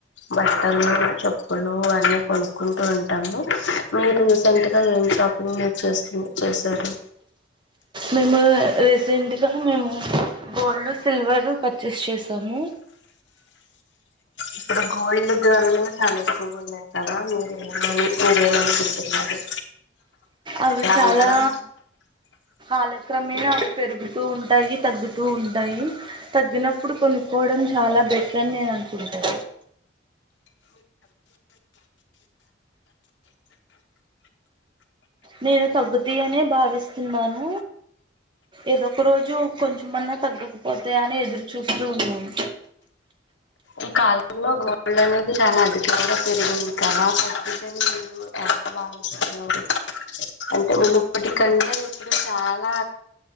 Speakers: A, on the left (about 75°); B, on the right (about 25°).
A: బట్టలు చెప్పులు అన్నీ కొనుక్కుంటూ ఉంటాము. మీరు రీసెంట్గా ఏం షాపింగ్ చేస్తూ చేశారు.
B: మేము రీసెంట్గా మేము గోల్డ్ సిల్వర్ పర్చేస్ చేసాము
A: ఇప్పుడు గోల్డ్ ధరలు చాలా ఎక్కువగా ఉన్నాయి కదా! మీరేమని మీరేమనుకుంటున్నారు?
B: అవి
A: ఇలా
B: చాలా
A: ఉండడం
B: ఆలక్రమేణ పెరుగుతూ ఉంటాయి తగ్గుతూ ఉంటాయి తగ్గినప్పుడు కొనుక్కోవడం చాలా బెటర్ అని నేను అనుకుంటా. నేను తగ్గుతాయనే అనే భావిస్తున్నాను. ఏదో ఒక రోజు కొంచెంమన్న తగ్గకపోతాయా అని ఎదురు చూస్తూ ఉన్నాను.
A: ఈ కాలంలో గోల్డ్ అనేది చాలా అధికంగా పెరిగింది కదా తగ్గుద్దని మీరు ఎలా భావిస్తున్నారు అంటే మునుపటికంటే ఇప్పుడు చాలా